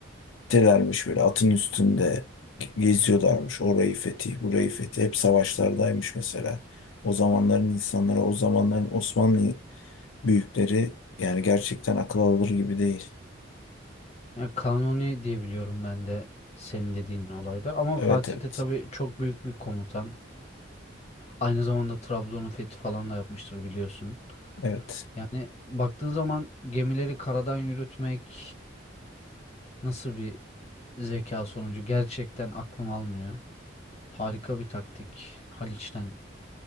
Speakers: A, on the left; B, on the left.
A: telermiş böyle atın üstünde geziyorlarmış. Orayı fethi, burayı fethi. Hep savaşlardaymış mesela. O zamanların insanları, o zamanların Osmanlı büyükleri yani gerçekten akıl alır gibi değil.
B: yani Kanuni diye biliyorum ben de senin dediğin olayda. Ama
A: Evet
B: Fatih
A: evet.
B: de tabii çok büyük bir komutan. Aynı zamanda Trabzon'un fethi falan da yapmıştır biliyorsun.
A: Evet.
B: Yani baktığın zaman gemileri karadan yürütmek nasıl bir zeka sonucu gerçekten aklım almıyor. Harika bir taktik. Haliç'ten